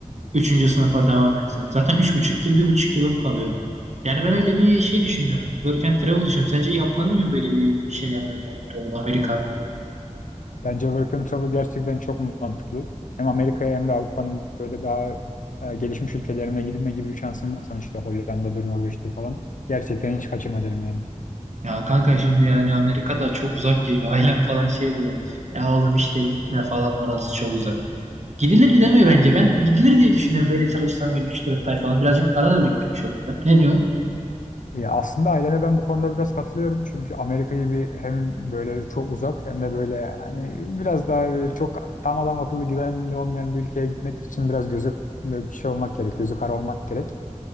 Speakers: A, on the right (about 60°); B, on the left (about 85°).
A: üçüncü sınıfa devam etsem. Zaten 3,5 yıl bir buçuk yılım kalıyor. Yani ben öyle bir şey düşünüyorum. Work and travel düşünüyorum. Sence yapmalı mıyım böyle bir şey yani work and travel Amerika?
B: Bence work and travel gerçekten çok mantıklı. Hem Amerika'ya hem de Avrupa'nın böyle daha e, gelişmiş ülkelerine gidilme gibi bir şansın varsa hani işte Hollanda'dır, Norveç'tir falan. Gerçekten hiç kaçırma derim yani.
A: Ya kanka şimdi yani Amerika'da çok uzak geliyor. <laughs> Ailem falan şey diyor. Ya oğlum işte gitme falan orası çok uzak. Gidilir demiyor bence. Ben gidilir diye düşünüyorum. Böyle çalışsam böyle üç dört ay falan. Birazcık para da biriktirmiş olurum. Ne diyorsun?
B: Ya aslında ailene ben bu konuda biraz katılıyorum. Çünkü Amerika gibi hem böyle çok uzak hem de böyle hani biraz daha böyle çok tam adam akıllı güvenli olmayan bir ülkeye gitmek için biraz gözü böyle şey olmak gerek, gözü kara olmak gerek.